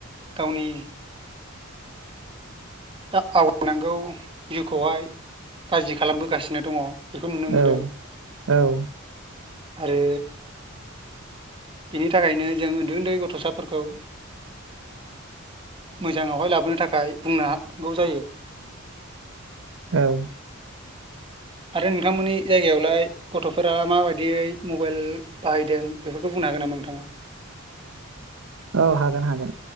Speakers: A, on the right; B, on the right.
A: गावनि दा आवगायनांगौ जिउखौहाय गाज्रि खालामबोगासिनो दङ बेखौ नुनो मोनदों
B: औ औ
A: आरो बिनि थाखायनो जों उन्दै उन्दै गथ'साफोरखौ मोजाङावहाय लाबोनो थाखाय बुंनो हांगौ जायो
B: औ
A: आरो नोंथांमोननि जायगायावलाय गथ'फोरा माबायदियै मबाइल बाहायदों बेफोरखौ बुंनो हागोन नामा नोंथाङा
B: औ हागोन हागोन